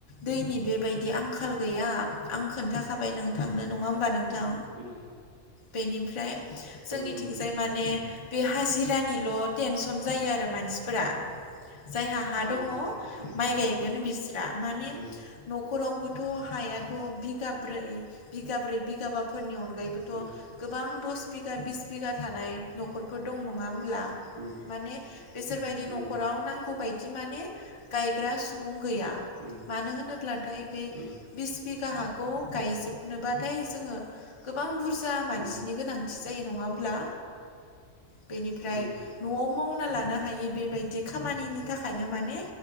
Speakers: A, on the left; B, on the right.
A: दैनि बेबायदि आंखाल गैया आं खोन्थाखाबाय। नोंथांनो नङा होनबा। थां
B: उम
A: बेनिफ्राय जोंनिथिंजाय
B: नंगौ नंगौ
A: माने बे हाजिरानिल टेनसन जायो आरो मानसिफोरा। जायहा हा दङ
B: उम उम उम
A: माइ गायगोन बिस्रा माने
B: उम
A: नख'रावबो थ हायाथ बिगाब्रै बिगाब्रै बिगाबाफोरनि अनगायैबोथ
B: उम
A: गोबां दस बिघा बिस बिघा थानाय नख'रफोर दं नङा। ब्ला
B: उम
A: माने बिसोरबायदि
B: नंगौ
A: नख'राव नांगौ बायदि माने गायग्रा सुबुं गैया
B: उम
A: मानो होनोब्लाथाय बे
B: उम
A: बिस बिघा हा खौ गायजोबनोबाथाय जोङो गोबां बुरजा मानसिनि
B: उम
A: गोनांथि जायो नङा होमब्ला बेनिफ्राय
B: उम
A: न'वाव मावना लानो हायो बेबायदि खामानिनि थाखायनो माने